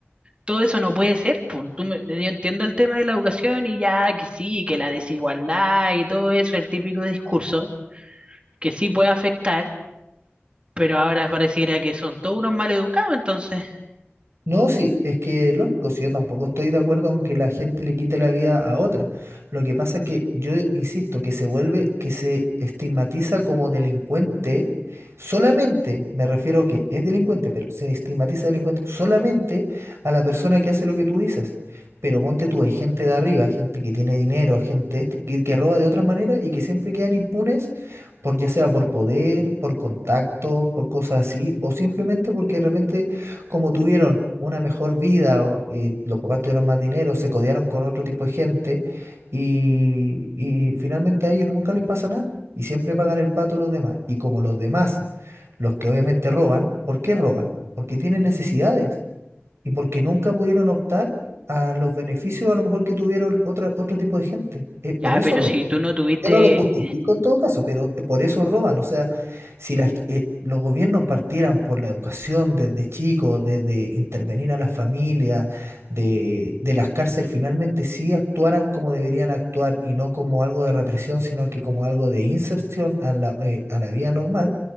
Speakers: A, on the right (about 25°); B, on the right (about 85°).
A: Todo eso no puede ser. po. Tú me- yo entiendo el tema de la educación y ya que sí, que la desigualdad y todo eso, el típico discurso que sí puede afectar, pero ahora pareciera que son todos unos mal educados entonces.
B: No, sí, es que lógico, si yo tampoco estoy de acuerdo con que la gente le quite la vida a otra. Lo que pasa es que yo insisto que se vuelve, que se estigmatiza como delincuente solamente, me refiero que es delincuente, pero se estigmatiza delincuente solamente a la persona que hace lo que tú dices. Pero ponte tú, hay gente de arriba, gente que tiene dinero, gente este- que, que roba de otra manera y que siempre quedan impunes por ya sea por poder, por contactos, por cosas así, o simplemente porque realmente como tuvieron una mejor vida, o, eh, los papás tuvieron más dinero, se codearon con otro tipo de gente y, y finalmente a ellos nunca les pasa nada y siempre pagan el pato los demás. Y como los demás, los que obviamente roban, ¿por qué roban? Porque tienen necesidades y porque nunca pudieron optar a los beneficios a lo mejor que tuvieron otra, otro tipo de gente. Eh, por
A: Ya,
B: eso
A: pero
B: roban.
A: si tú no tuviste
B: Yo no lo justifico en todo caso, pero por eso roban. O sea, si las- eh, los gobiernos partieran por la educación desde chicos, desde intervenir a las familias, de, de las cárceles, finalmente sí actuaran como deberían actuar y no como algo de represión, sino que como algo de inserción a la, eh, a la vida normal,